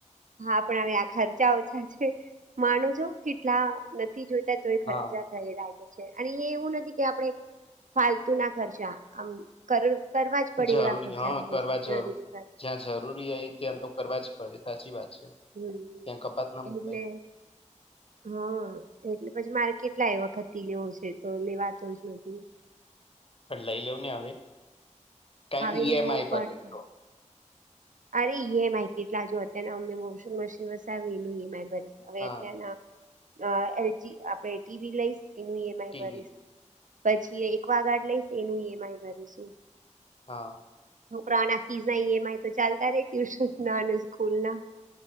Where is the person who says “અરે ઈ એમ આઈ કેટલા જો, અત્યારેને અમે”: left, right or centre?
Right